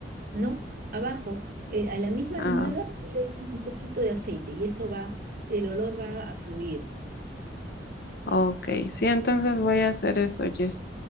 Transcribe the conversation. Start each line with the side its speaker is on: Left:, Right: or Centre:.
Right: No, abajo, eh, a la misma
Left: Ah,
Right: almohada tú le echas un poquito de aceite y eso va, el olor va a fluir
Left: ok, sí, entonces voy a hacer eso, Jess.